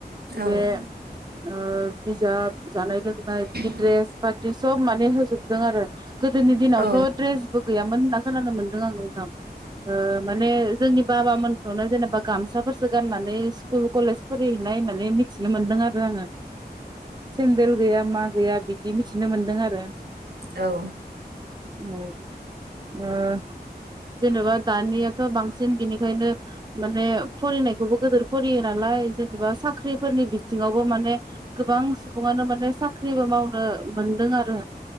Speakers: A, on the right (about 25°); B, on the right (about 65°).
A: बे
B: औ
A: ओ बिजाब जानाय लोंनाय बिदि
B: औ
A: द्रेस बादि सब माने होजोबदों आरो गोदोनि दिनावथ
B: औ
A: ड्रेसबो गैयामोन होनना खोनानो मोनदों आं नोंथां। ओ माने जोंनि बाबामोनखौनो जेनेबा गामसाफोरसो गाननानै स्कुल कलेस नानै मिथिनो मोनदों आरो आङो। सेन्देल गैया मा गैया बिदि मिथिनो मोनदों आरो।
B: औ
A: औ ओ जेनेबा दानियाथ बांसिन बिनिखायनो माने फरियनायखौबो गिदिर फरियो नालाय जों नेबा साख्रिफोरनि बिथिङाव बो माने गोबां सुबुङानो माने साख्रिबो मावनो मोनदों आरो